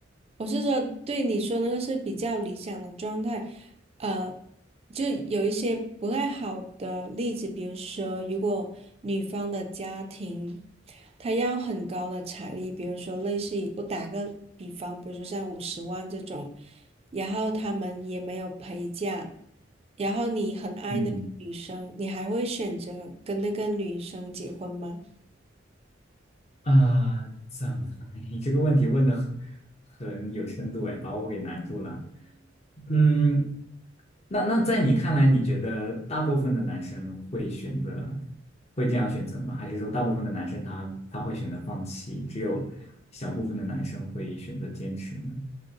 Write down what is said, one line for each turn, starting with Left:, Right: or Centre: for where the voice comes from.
Right: 我是说，对你说那个是比较理想的状态，呃，就有一些不太好的例子，比如说，如果女方的家庭，她要很高的彩礼，比如说类似于我打个比方，比如说像五十万这种，然后他们也没有陪嫁，然后你很爱那个女生，
Left: 嗯
Right: 你还会选择跟那个女生结婚吗？
Left: 啊，怎么？<laughs> 你这个问题问的很很有深度哎，把我给难住了。嗯，那那在你看来，你觉得大部分的男生会选择会这样选择吗？还是说大部分的男生他他会选择放弃，只有小部分的男生会选择坚持呢？